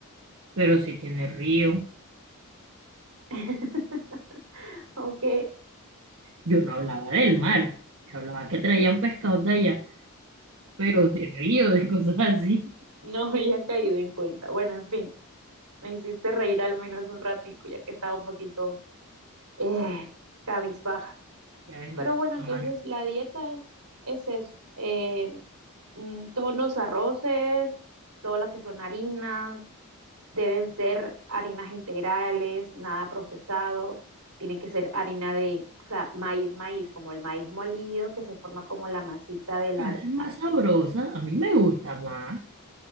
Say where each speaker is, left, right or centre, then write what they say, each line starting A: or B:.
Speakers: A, on the right; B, on the right.
A: pero sí tiene río.
B: <laughs> Ok,
A: Yo no hablaba del mar, yo hablaba que traían pescados de allá, pero de río, de cosas así.
B: no había caído en cuenta. Bueno, en fin, me hiciste reír al menos un ratico, ya que estaba un poquito eh, cabizbaja.
A: Ya ves, no
B: Pero
A: te
B: bueno,
A: gusta
B: entonces
A: mal.
B: la dieta es, es eso. eh, mm, todos los arroces, todas las que son harinas, deben ser harinas integrales, nada procesado, tiene que ser harina de, o sea, maíz, maíz, como el maíz molido que se forma como la masita del ar-
A: A veces es más
B: así.
A: sabrosa, a mí me gusta más